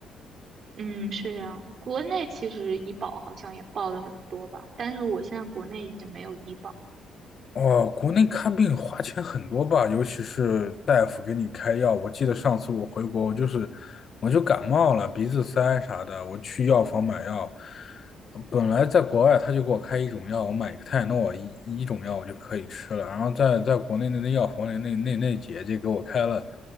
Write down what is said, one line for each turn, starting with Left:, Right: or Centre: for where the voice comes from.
Right: 嗯，是这样的。国内其实医保好像也报的很多吧，但是我现在国内已经没有医保。
Left: 哦，国内看病花钱很多吧，尤其是大夫给你开药。我记得上次我回国，我就是我就感冒了，鼻子塞啥的，我去药房买药。呃本来在国外他就给我开一种药，我买一个泰诺一一种药我就可以吃了。然后在在国内的那药房里，那那那姐姐给我开了，